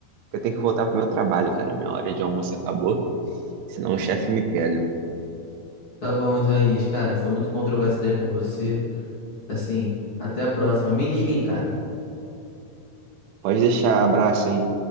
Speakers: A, on the right; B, on the left.
A: porque eu tenho que voltar pro meu trabalho, cara. Minha hora de almoço acabou, senão o chefe me pega.
B: Tá bom, Isaías, cara, foi muito bom trocar essa ideia com você. Assim, até a próxima. Me liguem, cara.
A: Pode deixar, abraço, hein?